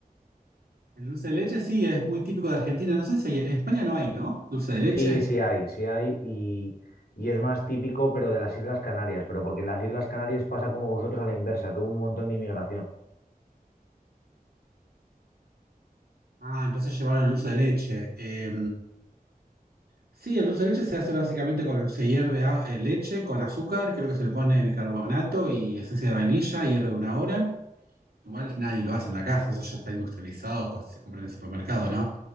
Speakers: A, on the right; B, on the left.
A: El dulce de leche sí, es muy típico de Argentina. No sé si hay- en España no hay, ¿no? Dulce de leche.
B: Sí, sí hay, sí hay, y, y es más típico, pero de las Islas Canarias, pero porque en las Islas Canarias pasa como vosotros a la inversa, que hubo un montón de inmigración.
A: Ah, entonces llevaron el dulce de leche. Eh, sí, el dulce de leche se hace básicamente con, se hierve a- eh, leche con azúcar, creo que se le pone bicarbonato y esencia de vainilla, hierve una hora. Igual nadie lo hace en la casa, eso ya está industrializado, co- se compra en el supermercado, ¿no?